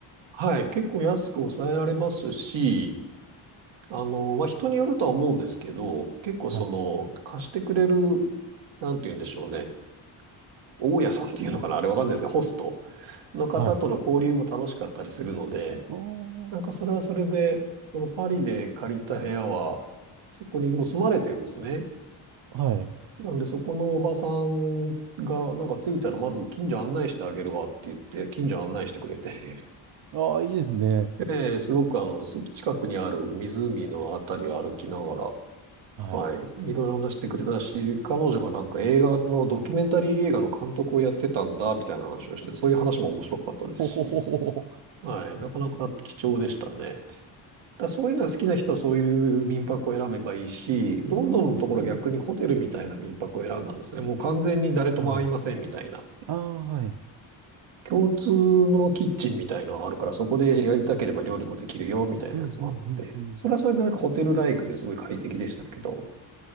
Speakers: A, on the right; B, on the right.
A: はい。結構安く抑えられますし、あの、まあ、人によるとは思うんですけど、結構その、
B: はい。
A: 貸してくれる、なんて言うんでしょうね。大家さんっていうのかなあれわかんないですけど、ホストの方との交流も楽しかったりするので、
B: はい。お
A: なんかそれはそれで、
B: ー。
A: そのパリで借りた部屋は、そこにもう住まれてるんですね。
B: はい。
A: なんで、そこのおばさんが、なんか着いたら、まず近所案内してあげるわって言って、近所案内してくれて、
B: ああ、いいですね。
A: <laughs> えーすごくあの、す近くにある湖のあたりを歩きながら、
B: はい。
A: はい、いろいろ話してくれたし、彼女がなんか映画の、ドキュメンタリー映画の監督をやってたんだ、みたいな話をして、そういう話も面白かったですし、
B: ほほほほほ。
A: はい、なかなか貴重でしたね。だそういうのは好きな人はそういう民泊を選べばいいし、ロンドンのところは逆にホテルみたいな民泊を選んだんですね。
B: うーん。
A: もう完全に誰とも会いませんみたいな。
B: はい。ああ、はい。
A: 共通のキッチンみたいのがあるから、そこでやりたければ料理もできるよみたいなやつもあって。
B: うん、うん、うん、うん。
A: それはそれでなんかホテルライクですごい快適でしたけど。